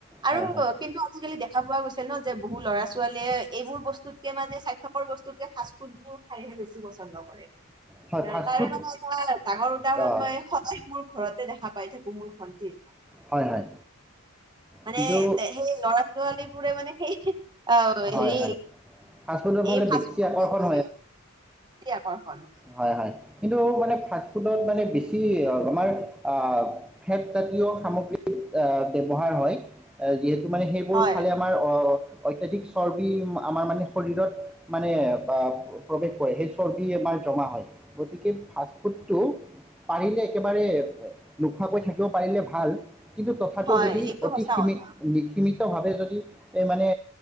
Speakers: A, on the right (about 20°); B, in the centre.
A: আৰু
B: হয় হয়
A: কিন্তু আজিকালি দেখা পোৱা গৈছে ন যে বহু ল'ৰা ছোৱালীয়ে এইবোৰ বস্তুতকে মানে স্বাস্থ্যকৰ বস্তুতকে ফাষ্টফুড বোৰ খাইহে বেছি পচন্দ কৰে। এ'
B: হয় ফাষ্টফুড
A: তাৰে মানে এটা ডাঙৰ উদাহৰণ
B: অঁ
A: মই সদায় মোৰ- ঘৰতে দেখা পাই থাকো মোৰ ভন্টি-
B: হয় হয়
A: মানে
B: কিন্তু
A: এ সেই লৰা-ছোৱালী এতিয়া মানে সেই অ'
B: হয়
A: হেৰি
B: হয় ফাষ্টফুডৰ ফালে
A: এই ফাষ্ট
B: বেছি
A: ফুড
B: আকৰ্ষণ
A: বেছি আকৰ্ষণ।
B: হয়-হয়, কিন্তু- বহুত মানে ফাষ্টফোডত মানে বেছি আমাৰ আ ফেট জাতীয় সামগ্ৰী ব্যবহাৰ হয়। যিহেতু মানে সেইবোৰ
A: হয়
B: খালে আমাৰ আ অত্যাধিক চৰ্বি আমাৰ মানে শৰীৰত মানে প্ৰৱেশ কৰে সেই চৰ্বি আমাৰ জমা হয় গতিকে ফাষ্টফুডটো পাৰিলে একেবাৰে নোখোৱাকৈ থাকিব পাৰিলে ভাল কিন্তু তথাপি
A: হয়
B: যদি
A: এইটো
B: অতি
A: সঁচা
B: সীমিত
A: কথা
B: সীমিতভাৱে যদি এই মানে